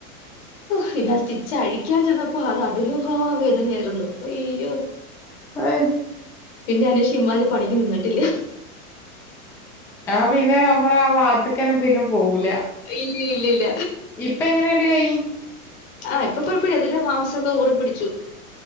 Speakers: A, on the left; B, in the centre.
A: പിന്നെ സ്റ്റിച്ച് അഴിക്കാൻ ചെന്നപ്പോ അത് അതിലും കാൾ വേദനയായിരുന്നു. അയ്യോ
B: അത്
A: പിന്നെ അതിനു ശേഷം ഇമ്മാതിരി പണിക്ക് നിന്നിട്ടില്ല.
B: ആഹ് പിന്നെ നമ്മള് ആ ഭാഗത്തേക്ക് തന്നെ പിന്നെ പോവൂല.
A: ഇല്ല ഇല്ലില്ല
B: ഇപ്പ എങ്ങനെണ്ട് കൈ
A: ആഹ് ഇപ്പം കുഴപ്പില്ല അതിലെ മാംസം ഒക്കെ ഊറി പിടിച്ചു.